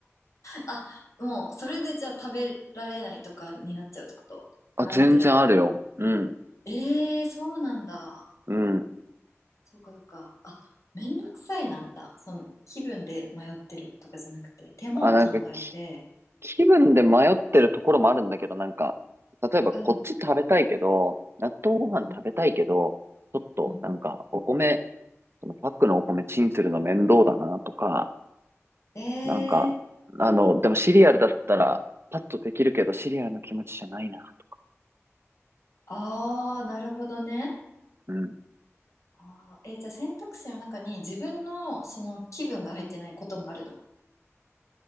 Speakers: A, on the left (about 90°); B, on the right (about 50°).
A: あ、もう、それでじゃあ食べられないとかになっちゃうってこと迷ってる間に。
B: あ、全然あるよ。うん。
A: ええー、そうなんだ。
B: うん。
A: そうかそうか。あ、めんどくさいなんだ。その気分で迷ってるとかじゃなくて、手間を考えて、
B: あ、なんか聞気分で迷ってるところもあるんだけど、なんか、例えばこっち食べたいけど、
A: うん、
B: 納豆ご飯食べたいけど、
A: うん、
B: ちょっとなんかお米、
A: うん。
B: そのパックのお米チンするの面倒だなとか、
A: え
B: なんか、
A: えー、
B: あの、でもシリアルだったらパッとできるけど、シリアルの気持ちじゃないなと。
A: あー、なるほどね。
B: うん。
A: あー、えー、じゃあ選択肢の中に自分のその気分が入ってないこともあるの